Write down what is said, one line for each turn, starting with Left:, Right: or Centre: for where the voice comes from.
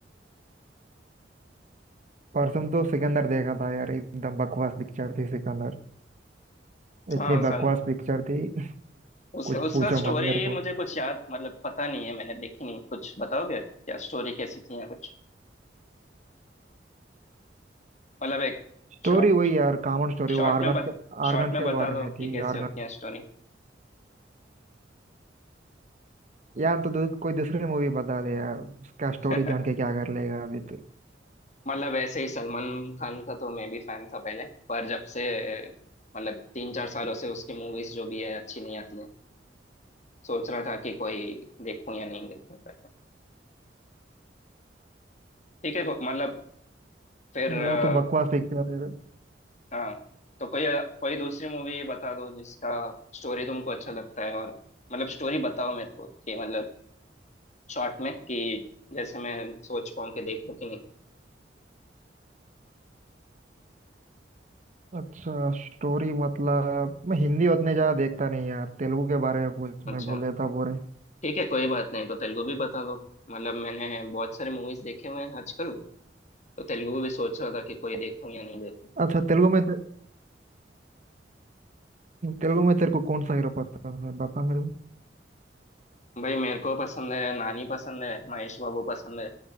Right: परसों तो सिकंदर देखा था यार एकदम बकवास पिक्चर थी सिकंदर इतनी
Left: हाँ
Right: बकवास
Left: सन
Right: पिक्चर थी <laughs>
Left: उस
Right: कुछ
Left: उसका
Right: पूछो
Left: स्टोरी
Right: मत मेरे
Left: मुझे कुछ याद मतलब पता नहीं है मैंने देखी नहीं कुछ बताओगे क्या स्टोरी कैसी थी या कुछ मतलब एक
Right: स्टोरी
Left: शॉर्ट
Right: वही यार कॉमन स्टोरी
Left: शॉर्ट
Right: वो आर्गन
Left: में बत
Right: के
Left: शॉर्ट
Right: आर्गन
Left: में
Right: के
Left: बता
Right: बारे
Left: दो
Right: में
Left: कि
Right: थी
Left: कैसी
Right: आर्गन
Left: होती है स्टोरी
Right: यार तो दू, कोई दूसरी मूवी बता दे यार उसका स्टोरी
Left: <laughs>
Right: जान के क्या कर लेगा अभी तो
Left: मतलब ऐसे ही सलमान खान का तो मैं भी फैन था पहले पर जब से मतलब तीन चार सालों से उसकी मूवीज जो भी है अच्छी नहीं आती है सोच रहा था कि कोई देखूं या नहीं देखूं करके ठीक है को- मतलब फिर
Right: वो
Left: अ,
Right: तो बकवास पिक्चर है
Left: हाँ तो कोई कोई दूसरी मूवी बता दो जिसका स्टोरी तुमको अच्छा लगता है और मतलब स्टोरी बताओ मेरे को कि मतलब शॉर्ट में कि जैसे मैं सोच पाऊँ कि देखूं कि नहीं
Right: अच्छा स्टोरी मतलब मैं हिंदी उतने ज्यादा देखता नहीं यार तेलुगु के बारे में पूछ
Left: अच्छा
Right: मैं बोल देता पूरे
Left: ठीक है कोई बात नहीं तो तेलुगु भी बता दो मतलब मैंने बहुत सारे मूवीज देखे हुए हैं आजकल तो तेलुगु भी सोच रहा था कि कोई देखूं या नहीं देखूं
Right: अच्छा तेलुगु में ते, तेलुगु में तेरे को कौन सा हीरो पसंद है बता मेरे को
Left: भाई मेरे को पसंद है नानी पसंद है महेश बाबू पसंद है